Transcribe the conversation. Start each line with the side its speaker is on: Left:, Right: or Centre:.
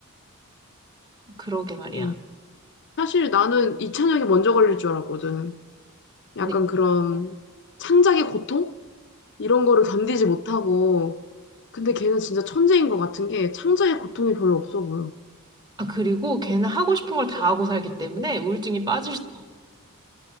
Right: 그러게 말이야.
Left: 음. 사실 나는 이찬혁이 먼저 걸릴 줄 알았거든. 약간
Right: 네.
Left: 그런 창작의 고통? 이런 거를 견디지 못하고, 근데 걔는 진짜 천재인 것 같은 게 창작의 고통이 별로 없어 보여.
Right: 아, 그리고 걔는 하고 싶은 걸 다 하고 살기 때문에 우울증이 빠질 수